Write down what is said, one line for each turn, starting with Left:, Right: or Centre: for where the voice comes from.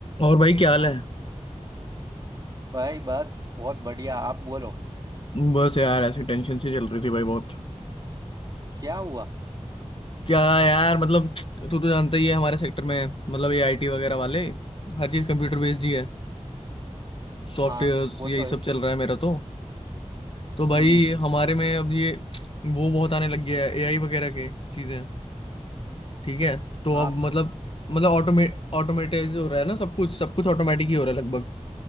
Left: और भाई क्या हाल है
Right: भाई बस बहुत बढ़िया आप बोलो
Left: बस यार ऐसी टेंशन सी चल रही थी भाई बहुत
Right: क्या हुआ
Left: क्या यार मतलब तू तो जानता ही है हमारे सेक्टर में मतलब ये आईटी वगैरह वाले हर चीज कंप्यूटर बेस्ड ही है सॉफ्टवेयर
Right: हाँ वो
Left: यही
Right: तो है
Left: सब चल रहा है मेरा तो तो भाई
Right: हम्म हम्म, हम्म,
Left: हमारे में अब ये वो बहुत आने लग गया है एआई वगैरह के चीजें ठीक है तो
Right: हाँ
Left: अब मतलब मतलब ऑटोमेट ऑटोमेटाइज हो रहा है ना सब कुछ सब कुछ ऑटोमेटिक ही हो रहा है लगभग